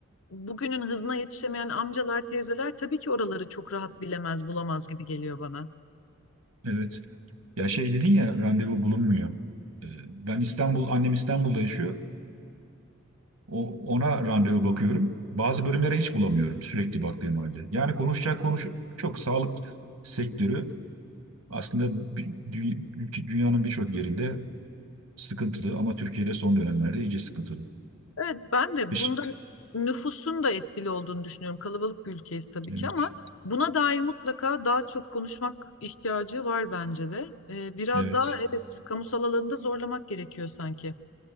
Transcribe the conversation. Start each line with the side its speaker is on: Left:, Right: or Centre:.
Left: bugünün hızına yetişemeyen amcalar, teyzeler tabii ki oraları çok rahat bilemez, bulamaz gibi geliyor bana.
Right: evet. Ya şey dedin ya randevu bulunmuyor. Ee, Ben İstanbul, annem İstanbul'da yaşıyor. O, ona randevu bakıyorum. Bazı bölümlere hiç bulamıyorum sürekli baktığım halde. Yani konuşacak konuş çok sağlık sektörü aslında dü- dü- ülke- dünyanın birçok yerinde sıkıntılı ama Türkiye'de son dönemlerde iyice sıkıntılı.
Left: Evet ben de
Right: Beş-
Left: bunda nüfusun da etkili olduğunu düşünüyorum. Kalabalık bir ülkeyiz tabii
Right: Evet,
Left: ki ama buna dair mutlaka daha çok konuşmak ihtiyacı var bence de. Ee, biraz
Right: evet,
Left: daha evet kamusal alanında zorlamak gerekiyor sanki.